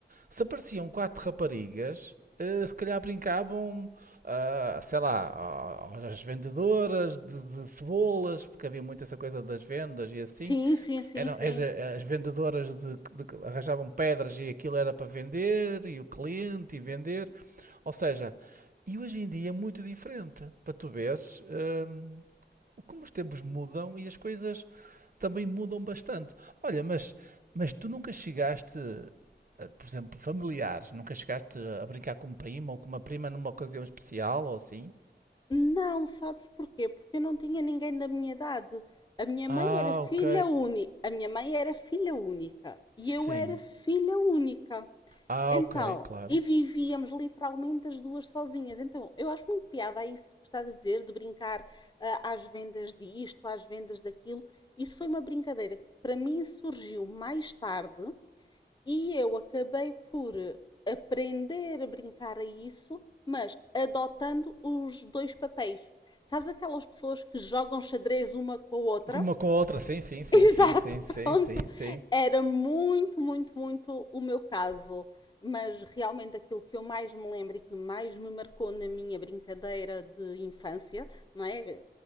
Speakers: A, on the right; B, on the left.
A: Se apareciam quatro raparigas, eh, se calhar brincavam, ah, sei lá, a- às vendedoras de, de cebolas, porque havia muito essa coisa das vendas e assim.
B: Sim, sim, sim,
A: Eram,
B: sim.
A: era- as vendedoras de- de- arranjavam pedras e aquilo era para vender, e o cliente e vender. Ou seja, e hoje em dia é muito diferente. Para tu veres, hum, como os tempos mudam e as coisas também mudam bastante. Olha, mas, mas tu nunca chegaste, eh, por exemplo, familiares, nunca chegaste a brincar com um primo ou com uma prima numa ocasião especial ou assim?
B: Não, sabes porquê? Porque eu não tinha ninguém da minha idade. A minha
A: Ah,
B: mãe era filha
A: ok.
B: única. A minha mãe era filha única. E
A: Sim.
B: eu era filha única.
A: Ah,
B: Então,
A: ok, claro.
B: e vivíamos literalmente as duas sozinhas. Então, eu acho muito piada a isso que estás a dizer, de brincar ah, às vendas disto, às vendas daquilo. Isso foi uma brincadeira que para mim surgiu mais tarde e eu acabei por aprender a brincar a isso, mas adotando os dois papéis. Sabes aquelas pessoas que jogam xadrez uma com a outra?
A: Com uma com a outra, sim, sim,
B: <laughs>
A: sim,
B: Exato,
A: sim, sim, sim,
B: pronto.
A: sim, sim,
B: Era muito, muito, muito o meu caso. Mas realmente aquilo que eu mais me lembro e que mais me marcou na minha brincadeira de infância, não é?